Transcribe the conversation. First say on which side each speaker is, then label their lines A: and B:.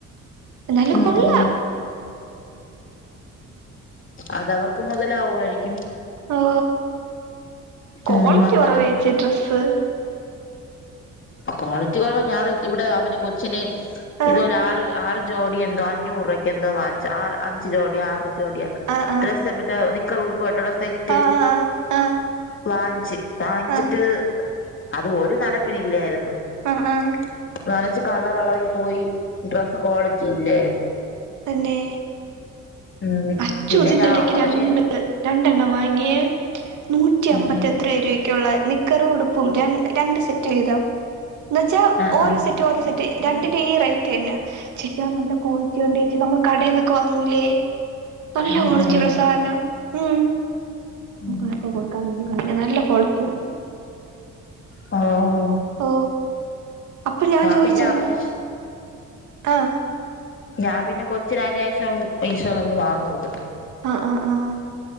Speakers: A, on the right; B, on the left.
A: എന്നാലും
B: ഉം
A: കൊള്ളാം
B: ഉം അതവർക്ക് മുതലാവുവായിരിക്കും
A: ഓ ക്വാളിറ്റി
B: ഉം അങ്ങനെ
A: കൊറവാച്ചി ഡ്രസ്സ്
B: ക്വാളിറ്റി കൊറവ ഞറ് ഇവിടെ അവന് കൊച്ചിന്
A: ആഹ്
B: ഇതുപോലെ ആറ് ആറ് ജോഡിയ എന്തോ അഞ്ഞൂറ് രൂപയ്ക്ക് എന്തോ വാങ്ങിച്ചു ആറ് അഞ്ചു ജോടിയ ആറു ജോടിയ
A: ആഹ്
B: ഡ്രസ്സ് മറ്റേ നിക്ക് - നിക്കറും ഉടുപ്പായിട്ടുള്ള സൈറ്റ്
A: ആഹ് ആഹ് ആഹ്
B: വാങ്ങിച്ച് വാങ്ങിച്ചിട്ട്
A: ആഹ്
B: അത് ഒരു നനപ്പിനില്ലേര്ന്നു.
A: ആഹ് ആഹ്
B: <unintelligible> ച്ച് കളറെളകി പോയി ഡ്രസ്സ് ക്വാളിറ്റി ഇല്ലേര്ന്നു.
A: തെന്നെ
B: ഉം
A: അച്ചുതിന്റെ
B: പിന്നെ ഞാ
A: ടക്ക്
B: അവന്
A: രണ്ട് രണ്ടെണ്ണം വാങ്ങ്യേ നൂറ്റി
B: ഉം
A: അമ്പത്തി
B: ഉം
A: എത്ര രൂവക്ക്യുള്ളെ നിക്കറും ഉടുപ്പും രൺ രണ്ട് സെറ്റ് വീതം ന്നെച്ചാ
B: ആഹ്
A: ഓരോ
B: ആഹ്
A: സെറ്റ് ഓരോ സെറ്റ് രണ്ടിൻ്റീ റെയ് റ്റെന്നെ ചേച്ചി ആ നല്ല ക്വാളിറ്റിയുണ്ടേച്ചി നമ്മൾ കടേന്നൊക്കെ വാങ്ങൂലേ നല്ല
B: ഉം
A: ക്വാളിറ്റിയുള്ള സാധനം ഉം നമുക്കാർക്കൊക്കൊടുക്കാം
B: ഉം
A: വേ അയ്ന് നല്ല ക്വാളിറ്റിയുണ്ട്.
B: ഓഹ്
A: ഓ അപ്പൊ ഞാൻ ചോയിച്ചത്
B: പിന്നെ അവന്
A: ആഹ്
B: ഞാൻ പിന്നെ കൊച്ചീലായേനു ശേഷം ഈശോ ഒന്ന് വാങ്ങൂത്
A: ആഹ് ആഹ് ആ